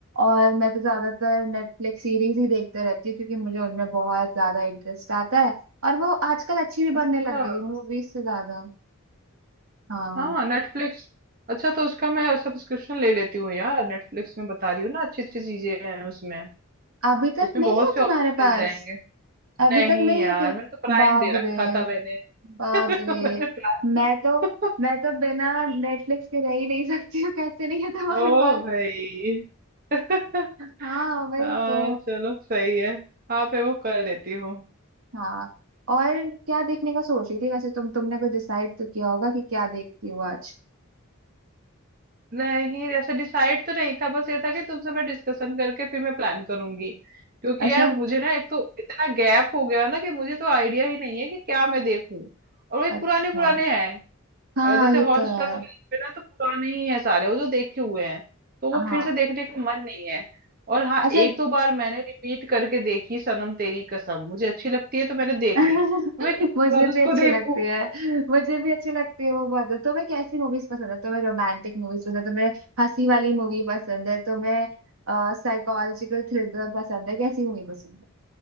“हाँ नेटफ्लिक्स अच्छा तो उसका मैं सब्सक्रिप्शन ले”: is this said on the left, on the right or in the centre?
Right